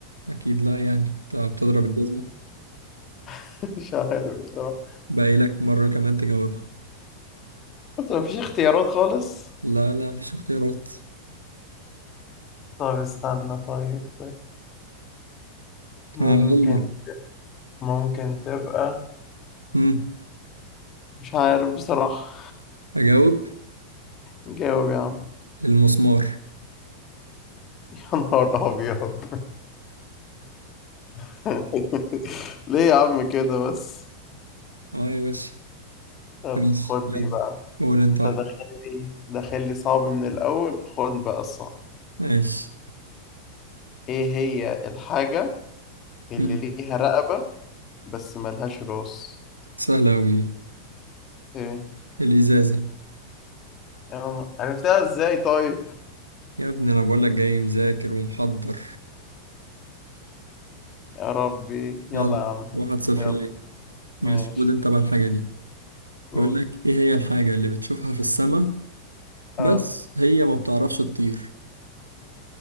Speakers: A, on the right; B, on the left.
A: اكيد لا يعني انت بتضرب الجزمه
B: <laughs> مش عارف بصراحة
A: باقي لك مره كمان تجاوبها
B: بس مفيش اختيارات خالص
A: لا لا مفيش اختيارات
B: طب استنى طيب ممكن
A: آه يلا
B: ممكن تبقى
A: مم.
B: مش عارف بصراحة
A: أجاوب
B: جاوب يا عم
A: المسمار
B: <laughs> يا نهار أبيض <laughs> ليه يا عم كده بس
A: اه يا باشا
B: طب
A: ماشي
B: خد
A: يلا
B: دي بقى
A: قول انت
B: انت
A: واحدة.
B: داخل لي داخل لي صعب من الأول خد بقى الصعب
A: ماشي
B: ايه هي الحاجة اللي
A: مم.
B: ليها رقبة بس ملهاش راس
A: سهلة أوي
B: ايه
A: الإزازة
B: يا عم عرفتها ازاي طيب
A: يا ابني أنا بقولك جاي مذاكر ومحضر
B: يا ربي يلا
A: يلا
B: يا عم
A: واحد صفر
B: يلا
A: ليه ماشي
B: ماشي
A: خد انت بقى الحاجة دي
B: قول
A: بيقولك ايه هي الحاجة اللي بتشوفها في السماء بس
B: اه
A: هي ما بتعرفش تطير